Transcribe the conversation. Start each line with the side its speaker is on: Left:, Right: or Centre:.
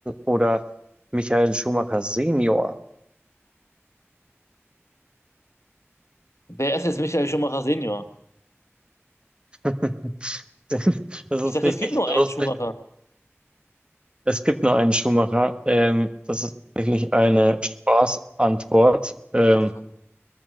Right: oder Michael Schumacher Senior?
Left: Wer ist jetzt Michael Schumacher Senior?
Right: <laughs> Das
Left: Ich
Right: ist
Left: dachte,
Right: richtig
Left: es gibt nur
Right: lustig.
Left: einen Schumacher.
Right: Es gibt nur einen Schumacher. Ähm, das ist wirklich eine Spaßantwort. Ähm,
Left: Ach so,